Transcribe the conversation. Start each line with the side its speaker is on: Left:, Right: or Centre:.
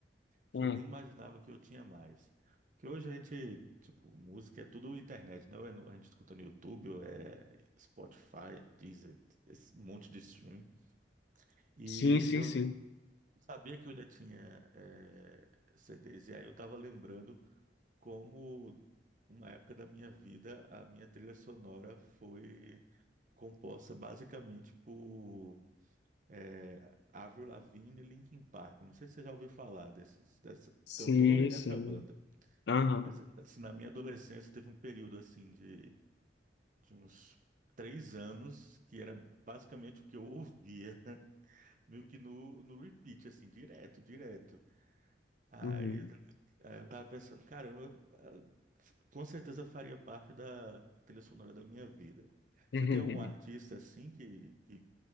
Right: que
Left: Hum.
Right: eu nem imaginava que eu tinha mais. Porque hoje a gente, tipo, música é tudo internet, né? Ou é no- A gente escuta no YouTube, ou é Spotify, Deezer, esse monte de streaming. E
Left: Sim, sim,
Right: eu
Left: sim.
Right: não sabia que eu já tinha eh, CDs. E aí eu tava lembrando como uma época da minha vida a minha trilha sonora foi composta basicamente por É, Avril Lavigne e Linkin Park. Não sei se você já ouviu falar desses, dessa
Left: Sim,
Right: cantora e dessa
Left: sim.
Right: banda.
Left: Aham.
Right: Mas assim, na minha adolescência teve um período assim de, de uns três anos que era basicamente o que eu ouvia, <laughs> meio que no, no repeat, assim, direto, direto. Aí,
Left: Uhum.
Right: eu aí eu tava pensando, caramba, ah, f- com certeza faria parte da trilha sonora da minha vida.
Left: <laughs>
Right: Você tem algum artista assim que, que